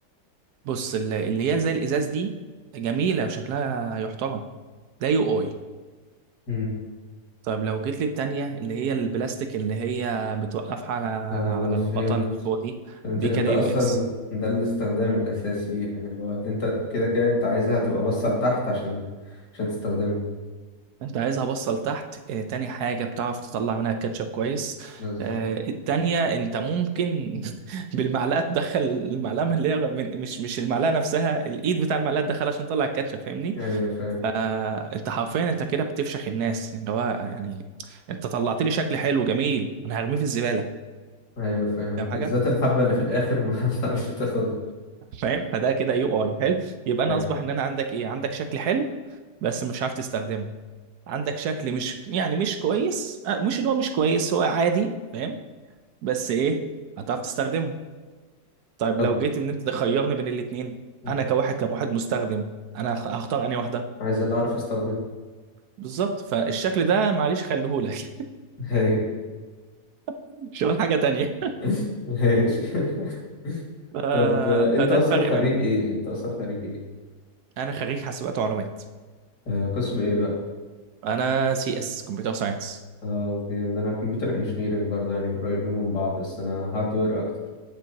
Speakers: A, on the right; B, on the left.
A: بص اللي اللي هي زي الازاز دي جميله وشكلها يحترم ده يو اي
B: امم
A: طيب لو جيت لي التانية اللي هي البلاستيك اللي هي بتوقف على
B: اه
A: على
B: فهمت
A: الغطا اللي فوق دي
B: فهمت
A: دي
B: ان
A: كده
B: انت اصلا
A: يو اكس
B: ده الاستخدام الاساسي ليها اللي هو اللي انت كده كده انت عايزها تبقى باصه لتحت عشان عشان تستخدمها
A: انت عايزها بصل تحت اه تاني حاجة بتعرف تطلع منها الكاتشب كويس
B: بالظبط
A: اه التانية انت ممكن <laughs> بالمعلقة تدخل المعلقة من اللي هي من مش مش المعلقة نفسها الايد بتاع المعلقة تدخلها عشان تطلع الكاتشب فاهمني
B: ايوه فاهم
A: فانت حرفيا انت كده بتفشخ الناس اللي هو يعني انت طلعت لي شكل حلو جميل انا هرميه في الزبالة
B: ايوه فاهم
A: فاهم
B: بالذات
A: حاجة
B: الحبه اللي في الاخر ما <laughs> بتعرفش تاخدها
A: فاهم فده كده يو اي حلو يبقى
B: ايوه
A: انا اصبح ان انا عندك ايه عندك شكل حلو بس مش عارف تستخدمه عندك شكل مش يعني مش كويس آه، مش اللي هو مش كويس هو عادي فاهم بس ايه هتعرف تستخدمه طيب
B: طب
A: لو جيت ان انت تخيرني بين الاثنين
B: مم.
A: انا كواحد كموحد مستخدم انا هخ- هختار انهي واحده
B: عايز اللي اعرف استخدمه
A: بالظبط فالشكل ده معلش خليهولك
B: ايوه
A: <laughs> شغل حاجه تانية
B: <laughs> ماشي <laughs>
A: ف...
B: طب آه، انت
A: فده
B: اصلا
A: الفرق
B: خريج
A: بينهم
B: ايه انت اصلا خريج ايه
A: انا خريج حاسبات ومعلومات
B: آه، قسم ايه بقى
A: انا سي اس كمبيوتر ساينس
B: اه جامد انا كمبيوتر انجينيرنج برضه يعني قريبين من بعض بس انا هاردوير اكتر